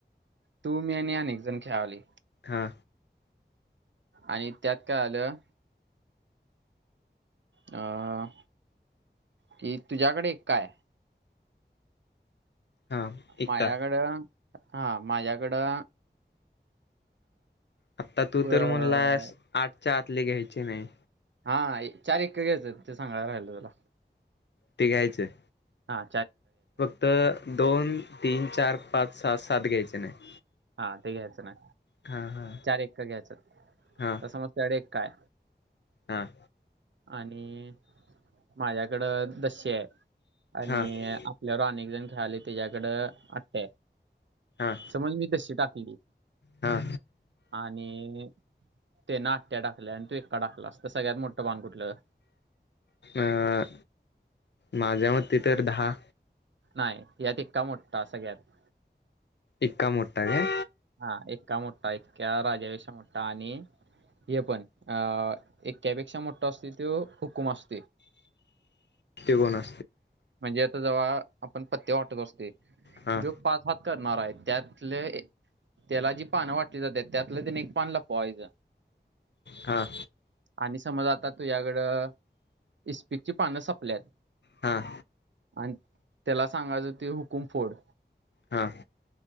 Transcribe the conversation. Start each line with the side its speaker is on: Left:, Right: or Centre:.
Right: तू मी आणि एक जण खेळालोय
Left: हा
Right: आणि त्यात काय आलं अं कि तुझ्याकडे एका आहे
Left: हा एक्का
Right: माझ्याकडे हा माझ्याकडं
Left: आता तू
Right: ग-
Left: तर म्हणलास आठ आतले घ्यायचे नाही
Right: हा चार घ्यायचं ते सांगाय राहिलं तला
Left: ते घ्यायचंय
Right: अ
Left: फक्त दोन तीन चार पाच सहा सात घ्यायचे नाही
Right: हा ते घ्यायचं ना
Left: हा हा
Right: चार एक घ्यायच‌
Left: हा
Right: तर समज काय
Left: हा
Right: आणि माझ्याकडं दश्या आहे आणि
Left: हा
Right: आपल्यावर अनेक जण झाले त्याच्याकड आटया आहे
Left: हा
Right: समज मी तशी टाकली
Left: हा
Right: आणि ते ना आट्या टाकल्या आणि तू इका टाकला अस सगळ्यात मोठं बाण कुठलं
Left: अं माझ्या मती तर दहा
Right: नाही यात इिकका मोठठा सगळ्यात
Left: इका मोठा काय
Right: हा एका मोठा इकका राजापेक्षा मोठा आणि हे पण अ इक्यापेक्षा मोठा असतो तो हुकुम असतो
Left: ते कोण अ
Right: म्हणजे आता जेव्हा आपण पत्ते वाटत असतोय
Left: हां
Right: जो पाच करणार आहे त्यातले त्याला जी पानं वाटली जाते त्यातलं त्याने एक पान लपवायचं
Left: हां
Right: आणि समज आता तुझ्याकडे इस्पिकची पानं सपल्यात
Left: हा
Right: आणि त्याला सांगायचं ते हुकुम फोड
Left: हा